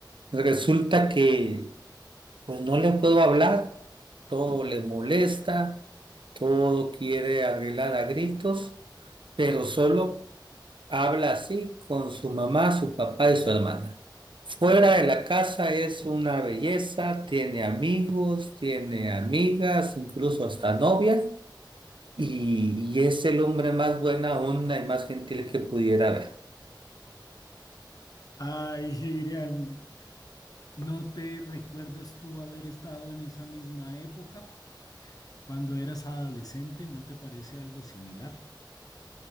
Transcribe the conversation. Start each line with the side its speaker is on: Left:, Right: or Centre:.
Right: Resulta que pues no le puedo hablar, todo le molesta, todo quiere arreglar a gritos pero solo Habla así con su mamá, su papá y su hermana. Fuera de la casa es una belleza, tiene amigos, tiene amigas, incluso hasta novias y, y es el hombre más buena onda y más gentil que pudiera haber.
Left: Ay, Girian, ¿no te recuerdas tú haber estado en esa misma época cuando eras adolescente? ¿No te parece algo similar?